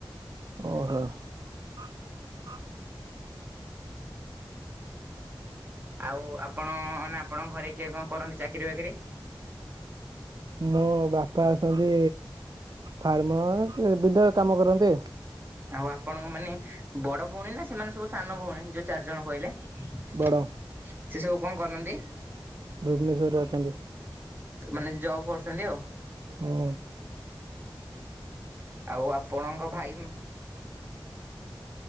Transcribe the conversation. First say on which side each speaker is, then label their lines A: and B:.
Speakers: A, on the right; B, on the right.
A: ଓହୋ। <inaudible>
B: ଆଉ ଆପଣ ନା ଆପଣଙ୍କ ଘରେ କିଏ କଣ କରନ୍ତି ଚାକିରି ବାକିରି?
A: ମୋ ବାପା ଅଛନ୍ତି ଫାର୍ମର। ଏ ବିଲରେ କାମ କରନ୍ତି ଆଉ।
B: ଆଉ ଆପଣଙ୍କ ମାନେ ବଡ ଭଉଣୀ ନା ସେମାନେ ସବୁ ସାନ ଭଉଣୀ ଯୋଉ ଚାରି ଜଣ କହିଲେ। ସେ
A: ବଡ
B: ସବୁ କଣ କରନ୍ତି?
A: ଭୁବନେଶ୍ଵର ରେ ଅଛନ୍ତି।
B: ତ ମାନେ ଜବ୍ କରୁଛନ୍ତି ଆଉ।
A: ହୁଁ।
B: ଆଉ ଆପଣଙ୍କ ଭାଇ?